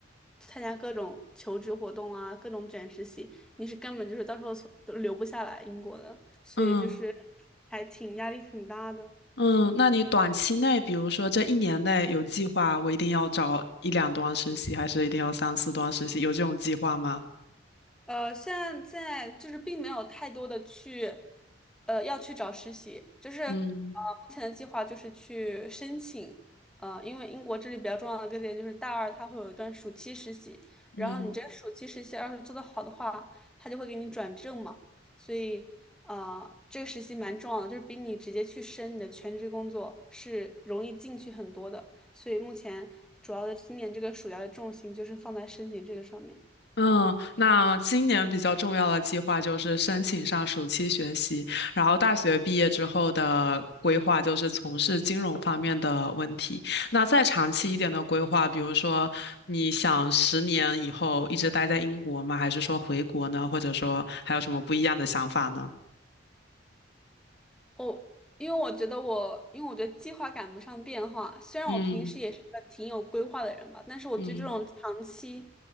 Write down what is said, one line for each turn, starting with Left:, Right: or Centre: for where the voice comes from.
Centre: 参加各种求职活动啊，各种卷实习，你是根本就是到时候从都留不下来英国的，所以就是
Left: 嗯
Centre: 还挺压力挺大的。
Left: 嗯，那你短期内，比如说这一年内有计划，我一定要找一两段实习，还是一定要三四段实习？有这种计划吗？
Centre: 呃，现在就是并没有太多的去，呃，要去找实习，就是呃，
Left: 嗯
Centre: 目前的计划就是去申请，呃，因为英国这里比较重要的一个点就是大二它会有一段暑期实习，然后你这个暑期实习要是做的好的话，
Left: 嗯
Centre: 他就会给你转正嘛，所以呃，这个实习蛮重要的，就是比你直接去申你的全职工作是容易进去很多的，所以目前主要的今年这个暑假的重心就是放在申请这个上面。
Left: 嗯，那今年比较重要的计划就是申请上暑期学习，然后大学毕业之后的规划就是从事金融方面的问题。那再长期一点的规划，比如说你想十年以后一直待在英国吗？还是说回国呢？或者说还有什么不一样的想法呢？
Centre: 我因为我觉得我，因为我觉得计划赶不上变化。虽然我平时也是个挺有规划的人吧，
Left: 嗯。
Centre: 但是我对这种长期，
Left: 嗯